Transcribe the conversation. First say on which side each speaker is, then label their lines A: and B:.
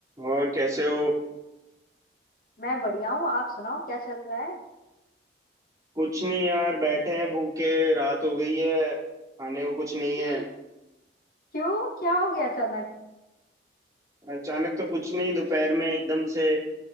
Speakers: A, on the right; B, on the left.
A: और कैसे हो
B: मैं बढ़िया हूँ आप सुनाओ क्या चल रहा है
A: कुछ नहीं यार बैठे हैं भूखे रात हो गई है खाने को कुछ नहीं
B: <laughs>
A: है
B: क्यों क्या हो गया अचानक
A: अचानक तो कुछ नहीं दोपहर में एकदम से